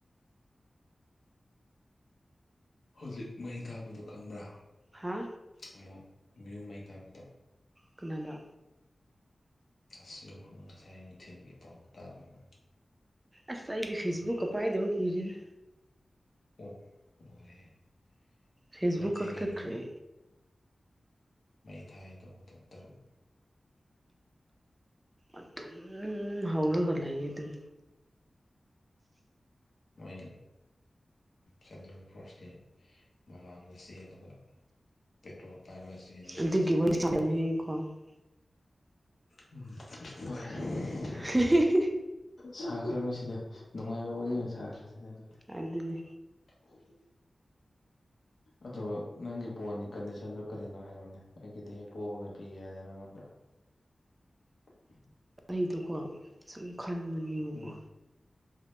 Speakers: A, on the left; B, on the right.
A: ꯍꯧꯖꯤꯛ ꯃꯩ ꯊꯥꯕꯗꯣ ꯈꯪꯕ꯭ꯔꯥ
B: ꯍꯥ
A: ꯑꯃꯨꯛ ꯃꯌꯨꯝ ꯃꯩ ꯊꯥꯕꯗꯣ
B: ꯀꯅꯥꯗ
A: ꯑꯁ ꯉꯁꯥꯏ ꯅꯨꯡꯊꯤꯜꯒꯤ ꯄꯥꯎ ꯇꯥꯗ꯭ꯔꯣ ꯅꯪ
B: ꯑꯁ ꯑꯩꯗꯤ ꯐꯦꯁꯕꯨꯛꯀꯥ ꯄꯥꯏꯗꯕ ꯀꯨꯏꯔꯦꯗ
A: <unintelligible>
B: ꯐꯦꯁꯕꯨꯛ
A: ꯃꯩꯇꯩꯒꯤ
B: ꯀꯛꯊꯠꯈ꯭ꯔꯦ
A: ꯌꯨꯝ ꯃꯩ ꯊꯥꯏ ꯇꯧꯕꯗꯨ ꯇꯔꯨꯛ
B: ꯑꯗꯨꯝ ꯍꯧꯔꯒ ꯂꯩꯌꯦ ꯑꯗꯨꯝ
A: ꯃꯣꯏ ꯁꯦꯟꯇ꯭ꯔꯦꯜ ꯐꯣꯔꯁꯀꯤ ꯃꯃꯥꯡꯗ ꯆꯦꯜꯂꯨꯕ ꯄꯦꯇ꯭ꯔꯣꯜ ꯄꯥꯏꯔꯒ ꯆꯦꯟꯕꯒꯤ
B: ꯑꯗꯨꯒꯤ
A: ꯚꯤꯗꯤꯌꯣ
B: ꯋꯥꯔꯤ
A: ꯊꯥꯒꯠꯂꯦ
B: <unintelligible>
A: ꯎꯝ ꯍꯣꯏ
B: <inaudible>
A: ꯁꯥꯈ꯭ꯔꯕ ꯁꯤꯗ ꯅꯨꯡꯉꯥꯏꯕ ꯋꯥꯔꯤ ꯑꯣꯏꯅ ꯁꯥꯈ꯭ꯔꯁꯤꯗ ꯑꯗꯨ
B: ꯑꯗꯨꯅꯦ
A: ꯑꯗꯨ ꯑꯗꯣ ꯅꯪꯒꯤ ꯕꯣꯟꯒꯤ ꯀꯟꯗꯤꯁꯟꯗꯨꯣ ꯀꯔꯤꯅꯣ ꯍꯥꯏꯔꯣꯅꯦ ꯑꯩꯒꯤꯗꯤ ꯍꯦꯛ ꯄꯣꯕꯒ ꯄꯤꯒꯦ ꯌꯥꯗꯦ ꯅꯉꯣꯟꯗ <unintelligible>
B: ꯃꯤꯗꯣꯀꯣ ꯁꯨꯝ ꯈꯟꯕꯅꯦꯕꯀꯣ
A: ꯎꯝ